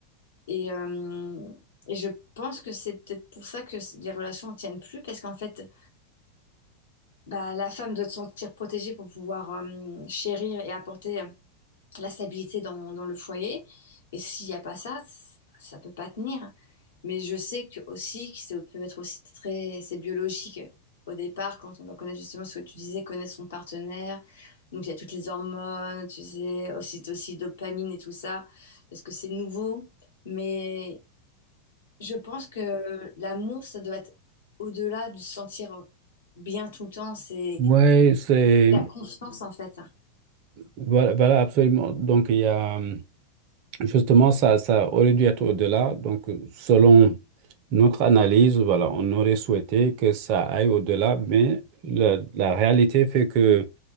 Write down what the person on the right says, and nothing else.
Oui, c'est...
Voilà, voilà, absolument. Donc, il y a... Justement, ça, ça aurait dû être au-delà. Donc, euh, selon notre analyse, voilà, on aurait souhaité que ça aille au-delà, mais la, la réalité fait que